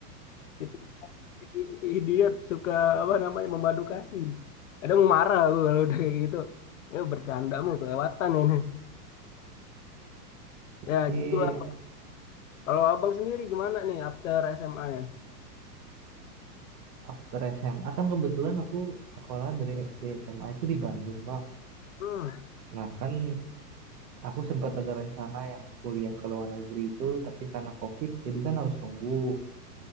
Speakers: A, on the left; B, on the right.
A: <laughs> Si Idiot suka apa namanya memadu kasih. Kadang mau marah aku kalau udah kayak gitu. Ya bercanda mau kelewatan ini.
B: oke.
A: Ya gitulah. Kalau abang sendiri gimana nih after sma ya?
B: After SMA kan kebetulan aku sekolah dari SD SMA itu di Bandung Bang.
A: Hmm,
B: Nah kan aku sempat ada rencana yang kuliah ke luar negeri itu, tapi karena COVID jadi kan harus nunggu.